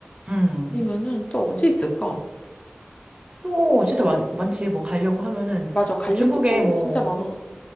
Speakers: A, on the right (about 25°); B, on the left (about 30°).
A: 음.
B: 아니면은 또 어디 있을까?
A: 또, 진짜 많, 많지. 뭐, 가려고 하면은,
B: 맞아. 가려고
A: 그 중국에
B: 하면
A: 뭐,
B: 진짜 많아.